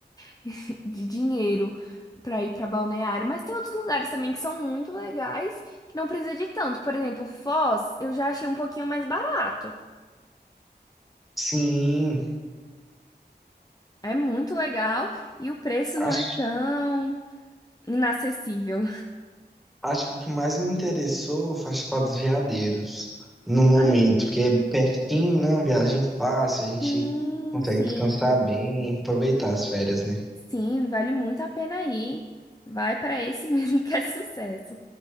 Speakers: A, on the left (about 20°); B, in the centre.
A: <laughs> de dinheiro pra ir pra balneário, mas tem outros lugares também que são muito legais, que não precisa de tanto. Por exemplo, Foz, eu já achei um pouquinho mais barato.
B: Sim,
A: É muito legal e o preço
B: acho.
A: não é tão inacessível.
B: Acho que o que mais me interessou foi participar dos veadeiros no momento,
A: Ah,
B: porque é pertinho, né? Uma viagem fácil, a gente
A: sim,
B: consegue
A: sim.
B: descansar bem, aproveitar as férias, né?
A: Sim, vale muito a pena ir. Vai pra esse <laughs> mesmo que é sucesso.